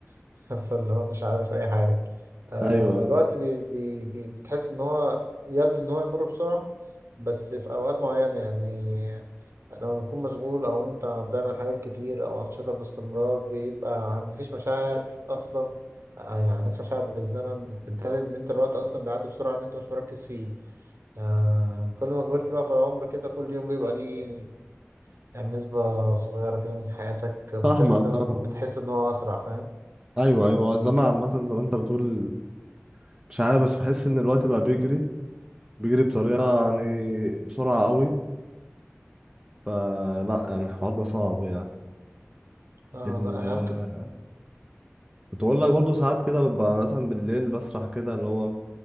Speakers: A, on the right; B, on the right.
A: <laughs> فاللي هو مش عارف اي حاجه آه
B: ايوه
A: الوقت بي بي بي بتحس ان هو يبدو ان هو يمر بسرعه بس في اوقات معينه يعني لما بتكون مشغول او انت بتعمل حاجات كتير او انشطه باستمرار بيبقى مفيش مشاعر اصلا آه يعني عندكش مشاعر بالزمن بالتالي ان انت الوقت اصلا بيعدي بسرعه ان انت مش مركز فيه آه كل ما كبرت بقى في العمر كده كل يوم بيبقى ليه يعني نسبة صغيرة كده من حياتك بالتالي
B: فاهمك
A: الزمن
B: اه
A: بتحس إن هو أسرع فاهم؟
B: ايوه ايوه هو الزمن عامة زي ما انت بتقول مش عارف بس بحس ان الوقت بقى بيجري بيجري بطريقة يعني بسرعة قوي فلا يعني الحوار ده صعب يعني
A: اه
B: ال...
A: لا
B: آه،
A: حد
B: كنت بقول لك برضه ساعات كده ببقى مثلا بالليل بسرح كده اللي هو